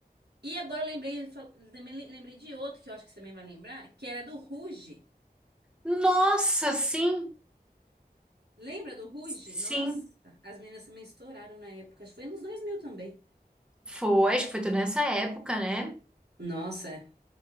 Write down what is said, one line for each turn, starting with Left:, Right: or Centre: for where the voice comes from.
Right: E agora eu lembrei, ele fal- também le- lembrei de outro que eu acho que você também vai lembrar, que era do Ruge.
Centre: Nossa, sim,
Right: Lembra do Ruge?
Centre: sim.
Right: Nossa, as meninas também estouraram na época, acho que foi nos 2000 também.
Centre: Foi, acho que foi tudo nessa época, né?
Right: Nossa,